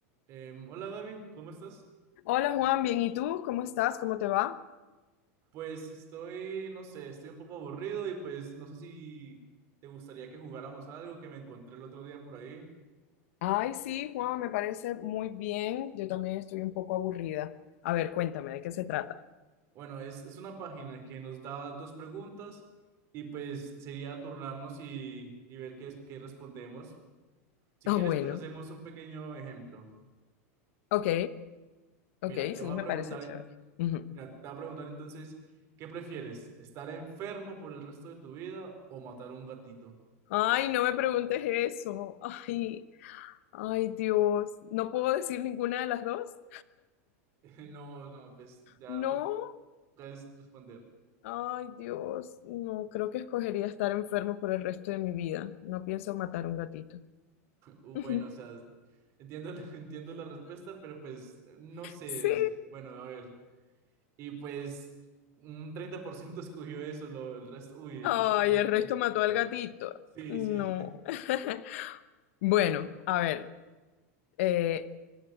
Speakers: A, on the right; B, on the left.
A: Em, hola Gaby, ¿cómo estás?
B: Hola Juan, bien, ¿y tú? ¿Cómo estás? ¿Cómo te va?
A: Pues estoy, no sé, estoy un poco aburrido y pues no sé si te gustaría que jugáramos algo que me encontré el otro día por ahí.
B: Ay, sí, Juan, me parece muy bien. Yo también estoy un poco aburrida. A ver, cuéntame, ¿de qué se trata? <laughs>
A: Bueno, es, es una página que nos da dos preguntas y pues sería turnarnos y, y ver qué, es- qué respondemos. Si
B: Ah,
A: quieres,
B: bueno.
A: pues hacemos un pequeño ejemplo.
B: Ok, ok,
A: Mira, te
B: sí,
A: voy a
B: me
A: preguntar,
B: parece chévere.
A: en-
B: Ujú.
A: mira, te voy a preguntar entonces, ¿qué prefieres? ¿Estar enfermo por el resto de tu vida o matar a un gatito?
B: Ay, no me preguntes eso. Ay, ay, Dios. ¿No puedo decir ninguna de las dos?
A: <laughs> No, no, pues ya
B: No.
A: toca es responder.
B: Ay, Dios. No, creo que escogería estar enfermo por el resto de mi vida. No pienso matar un gatito.
A: Uh,
B: <laughs>
A: bueno, o sea, entiendo, <laughs> entiendo la respuesta, pero pues no sé.
B: Sí.
A: Bueno, a ver. Y pues un 30% escogió eso, lo- el resto, uy,
B: Ay,
A: el resto escogió
B: el resto mató
A: otra.
B: al gatito.
A: Sí,
B: No.
A: sí,
B: <laughs> Bueno, a ver, eh,